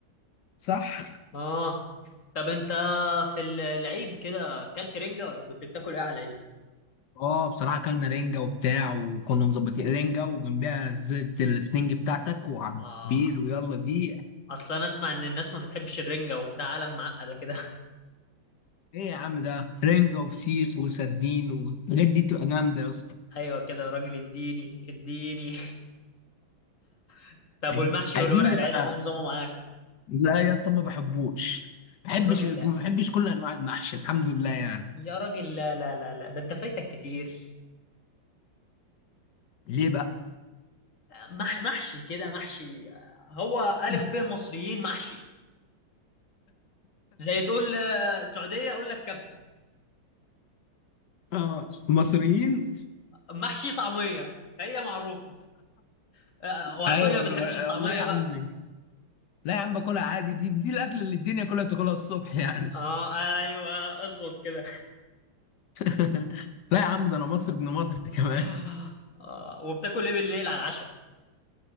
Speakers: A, on the left; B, on the left.
A: صح
B: اه طب انت في ال- العيد كده اكلت رنجة ولا كنت بتاكل ايه على العيد؟
A: اه بصراحة كلنا رنجة وبتاع وكنا مظبطين رنجة وجنبها زيت السنينج بتاعتك وعبيل
B: اه
A: ويلا زيق
B: اصلا انا اسمع ان الناس ما بتحبش الرنجة وبتاع عالم معقدة كده
A: ايه يا عم ده رنجة وفسيخ وسردين والحاجات دي بتبقى جامدة يا اسطى
B: <laughs> ايوه كده يا راجل اديني اديني <laughs> طب
A: عايزين
B: والمحشي
A: عايزين
B: والورق
A: نبقى
B: العنب ايه نظامه معاك؟
A: لا يا اسطى ما بحبوش بحبش
B: يا راجل
A: ما
B: لا
A: بحبش كل انواع المحشي الحمد لله يعني
B: يا راجل لا لا لا لا ده انت فايتك كتير
A: ليه بقى
B: مح محشي كده محشي هو ألف
A: <laughs>
B: ب مصريين محشي زي تقول آه، سعودية أقول لك كبسة
A: اه مصريين
B: محشي طعمية هي معروفة آه، آه، وهتقول
A: ايوه
B: لي ما
A: انا
B: بتحبش الطعمية
A: والله يا عم
B: بقى
A: لا يا عم باكلها عادي دي دي الاكله اللي الدنيا كلها بتاكلها الصبح يعني
B: اه ايوه اظبط كده
A: <laughs> لا يا عم ده انا مصري ابن مصر <laughs> كمان
B: <laughs> آه وبتاكل ايه بالليل على العشاء